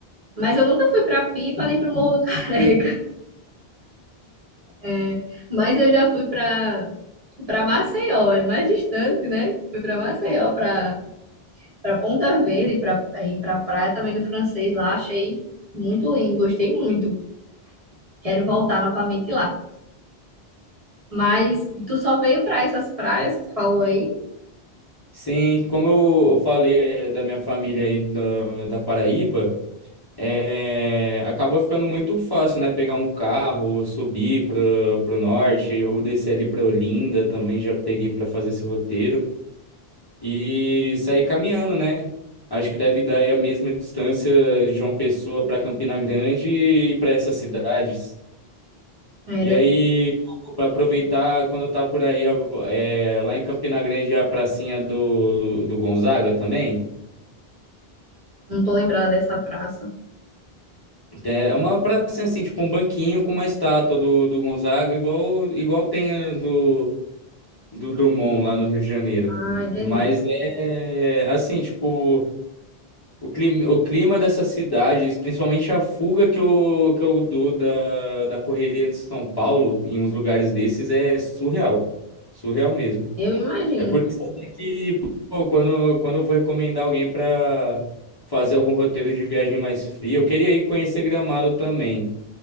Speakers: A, on the right (about 40°); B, on the left (about 30°).
A: Mas eu nunca fui para Pipa nem para o Morro do <laughs> Careca. É, mas eu já fui para para Maceió, é mais distante, né? Fui para Maceió, para para Ponta Verde, para ir para a praia também do Francês lá, achei muito lindo, gostei muito. Quero voltar novamente lá. Mas tu só veio para essas praias que tu falou aí?
B: Sim, como eu, eu falei eh, da minha família aí da, da Paraíba, eh, acabou ficando muito fácil, né? Pegar um carro, subir pro, pro norte, ou descer ali pra Olinda, também já peguei para fazer esse roteiro, e sair caminhando, né? Acho que deve dar aí a mesma distância de João Pessoa para Campina Grande e para essas cidades.
A: É,
B: E
A: de-
B: aí, para aproveitar quando tá por aí, a- é, lá em Campina Grande, a pracinha do, do Gonzaga também.
A: não tô lembrada dessa praça.
B: É é uma praça assim, tipo um banquinho com uma estátua do, do Gonzaga, igual, igual tem a do, do Drummond lá no Rio de Janeiro.
A: Ah, entendi.
B: Mas é assim, tipo, o clima, o clima dessas cidades, principalmente a fuga que eu, que eu dou da, da correria de São Paulo em uns lugares desses é surreal. Surreal mesmo.
A: Eu imagino.
B: É por isso até que, pô, quando, quando eu vou recomendar alguém pra fazer algum roteiro de viagem mais fria, eu queria ir conhecer Gramado também.